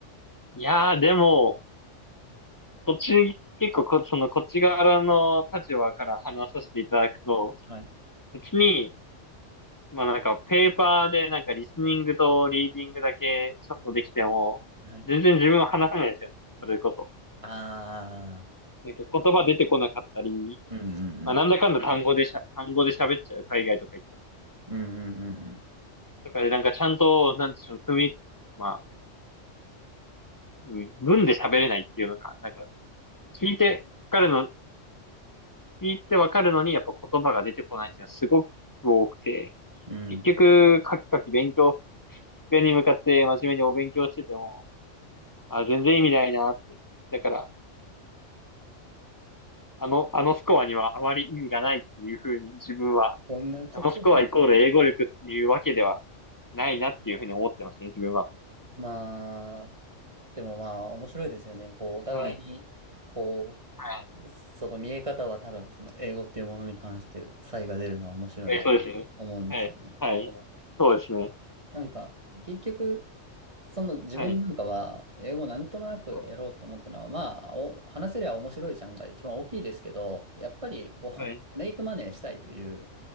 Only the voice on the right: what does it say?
はい。
はい。
ああ、
うんうんうん。
うんうん
うんうん。うん。
こんなこと。
まあ、でもまあ、面白いですよね。こう、お互いに、
こ
う、その見え方は多分、その英語っていうものに関して差異が出るのは面白いなと思うんですけど。
なんか、結局、その自分なんかは、
英語なんとなくやろうと思ったのは、
まあ、お話せりゃ面白いじゃんが一番大きいですけど、やっぱり、こう、
<laughs> メイクマネーしたいという